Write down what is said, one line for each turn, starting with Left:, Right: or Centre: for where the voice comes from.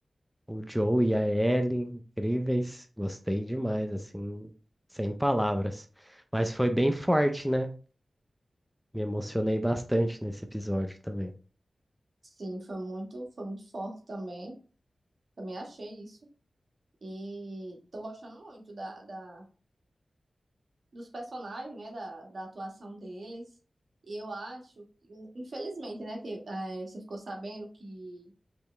Centre: O Joe e a Ellie incríveis. Gostei demais, assim, sem palavras. Mas foi bem forte, né? Me emocionei bastante nesse episódio também.
Right: Sim, foi muito, foi muito forte também. Também achei isso. E tô gostando muito da, da, dos personagens, né, da, da atuação deles. E eu acho, que, infelizmente, né, que eh, você ficou sabendo que